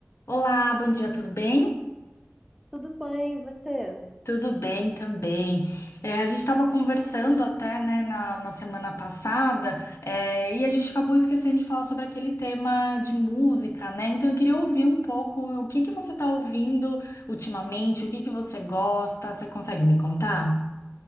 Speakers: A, on the left; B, in the centre.
A: Olá, bom dia, tudo bem?
B: Tudo bem, e você?
A: Tudo bem também. É, a gente estava conversando até, né, na, na semana passada, é, e a gente acabou esquecendo de falar sobre aquele tema de música, né? Então eu queria ouvir um pouco o que que você está ouvindo ultimamente, o que que você gosta, você consegue me contar?